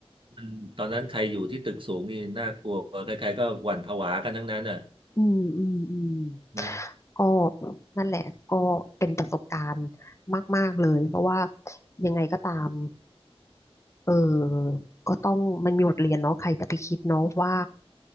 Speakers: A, on the right; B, on the left.
A: มันตอนนั้นใครอยู่ที่ตึกสูงนี่น่ากลัวใครๆก็หวั่นผวากันทั้งนั้นอ่ะ
B: อืมอืมอืม
A: นะ
B: ก็นั่นแหละก็เป็นประสบการณ์มากๆเลยเพราะว่ายังไงก็ตามเออก็ต้องมันมีบทเรียนเนาะใครจะไปคิดเนาะว่า